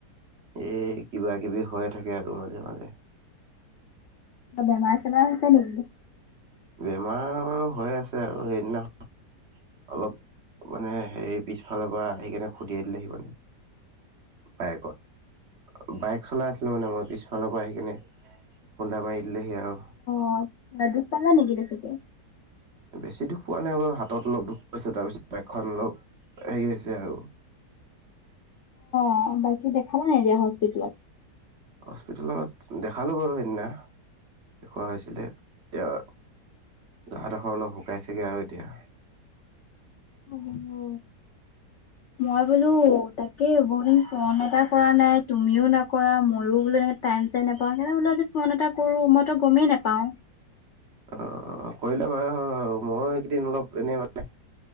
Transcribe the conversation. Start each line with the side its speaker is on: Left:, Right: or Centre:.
Right: এই কিবা কিবি হয় থাকে আৰু মাজে মাজে।
Left: বেমাৰ চেমাৰ হৈছে নেকি?
Right: বেমাৰ বাৰু হৈ আছে আৰু সেইদিনাখন অলপ মানে হেৰি পিছফালৰ পৰা আহি কিনে খুন্দিয়াই দিলেহি মানে। বাইকত। বাইক চলাই আছিলো মানে মই পিছফালৰ পৰা আহি কিনে খুন্দা মাৰি দিলেহি আৰু।
Left: অ', আচ্ছা দুখ পালা নেকি বেছিকে?
Right: বেছি দুখ পোৱা নাই বাৰু হাতত অলপ দুখ পাইছে তাৰপিছত বাইক খন অলপ হেৰি হৈছে আৰু।
Left: অ', বাকি দেখালা নাই দিয়া হস্পিতেলত?
Right: হস্পিটেলত দেখালোঁ বাৰু সেইদিনা দেখুওৱা হৈছিলে এতিয়া ঘাঁ ডোখৰ অলপ শুকাইছেগে আৰু এতিয়া।
Left: <unintelligible> অ' মই বোলো তাকে বহু দিন কৰা নাই কৰা নাই তুমিও নক ময়ো বোলো এনেকে টাইম চাইম নাপাওঁ সেইকাৰণে বোলো আজি ফোন এটা কৰো মই গম মেই নেপাওঁ।
Right: অ', কৰিলা ভালে হ'ল বাৰু, মই এইকেইদিন অলপ এনেই মানে